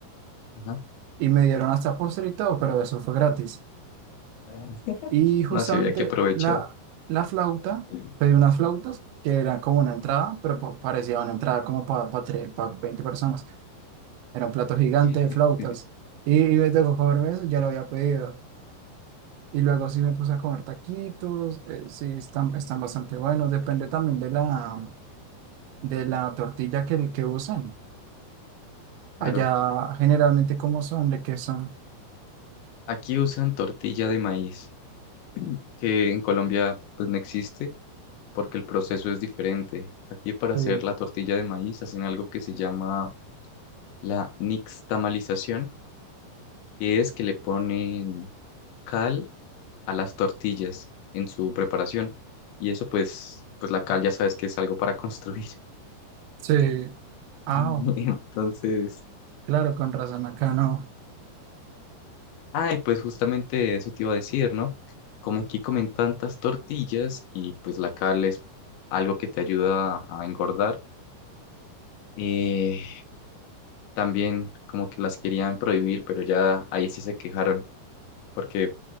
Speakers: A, on the left; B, on the right.
A: Ajá.
B: y me dieron hasta postre y todo, pero eso fue gratis.
A: Ah. <laughs>
B: Y justamente
A: No, sí había que aprovechar.
B: la, la flauta,
A: Sí.
B: pedí unas flautas que era como una entrada, pero pa- parecía una entrada como para 20 personas. Era un plato gigante
A: <laughs>
B: de flautas. Y, y me tocó comerme eso, ya lo había pedido. Y luego sí me puse a comer taquitos, eh, sí, están, están bastante buenos. Depende también de la, de la tortilla que, el que usen.
A: Claro.
B: Allá generalmente cómo son, de qué son.
A: Aquí usan tortilla de maíz, que en Colombia pues no existe. porque el proceso es diferente. Aquí para
B: Sí,
A: hacer la tortilla de maíz hacen algo que se llama la nixtamalización, que es que le ponen cal a las tortillas en su preparación. Y eso pues, pues la cal ya sabes que es algo para construir.
B: sí. Ah,
A: <laughs>
B: oh,
A: Entonces,
B: claro, con razón, acá no.
A: ay, pues justamente eso te iba a decir, ¿no? Como aquí comen tantas tortillas y pues la cal es algo que te ayuda a engordar. eh, también como que las querían prohibir, pero ya ahí sí se quejaron porque